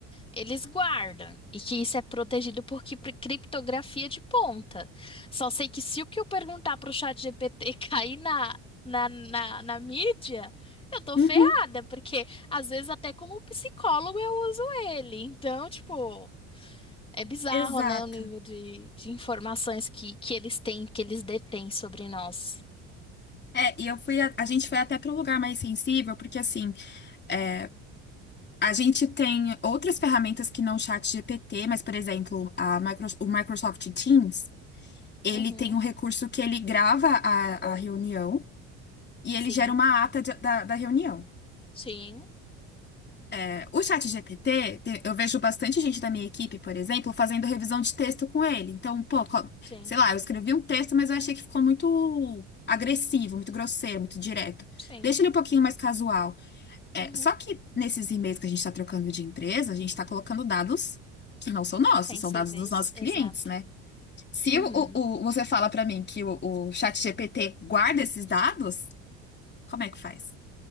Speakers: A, on the left; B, on the left.
A: eles guardam e que isso é protegido por cri- criptografia de ponta. Só sei que se o que eu perguntar pro chat GPT <laughs> cair na, na, na, na mídia, eu tô
B: Uhum,
A: ferrada, porque às vezes até como psicólogo eu uso ele. Então, tipo, é bizarro,
B: exato.
A: né, o nível de, de informações que, que eles têm, que eles detêm sobre nós.
B: É, e eu fui, a, a gente foi até para um lugar mais sensível, porque assim, é, a gente tem outras ferramentas que não o chat GPT, mas, por exemplo, a Micro- o Microsoft Teams, ele
A: Uhum,
B: tem um recurso que ele grava a, a reunião e
A: sim,
B: ele gera uma ata de- da, da reunião.
A: sim,
B: É, o chat GPT, te- eu vejo bastante gente da minha equipe, por exemplo, fazendo revisão de texto com ele. Então, pô, co-
A: sim,
B: sei lá, eu escrevi um texto, mas eu achei que ficou muito agressivo, muito grosseiro, muito direto.
A: sim.
B: Deixa ele um pouquinho mais casual. É,
A: Uhum.
B: só que nesses e-mails que a gente está trocando de empresa, a gente está colocando dados que não são nossos,
A: Sensíveis,
B: são dados dos nossos clientes,
A: exato.
B: né? Se
A: Uhum,
B: o, o- o- você fala para mim que o, o ChatGPT guarda esses dados, como é que faz?